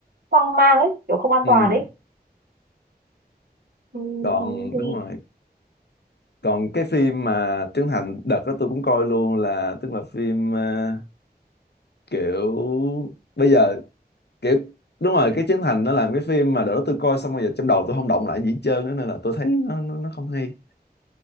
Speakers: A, on the right; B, on the left.
A: hoang mang ấy kiểu không an
B: Ừ,
A: toàn ấy Ừm,
B: còn
A: thì
B: đúng rồi. Còn cái phim mà Trấn Thành đợt đó tôi cũng coi luôn là tức là phim ờ, kiểu bây giờ kiểu đúng rồi cái Trấn Thành nó làm cái phim mà đợt đó tôi coi xong rồi giờ trong đầu tôi không động lại gì hết trơn á, nên là tôi thấy nó nó, nó không hay.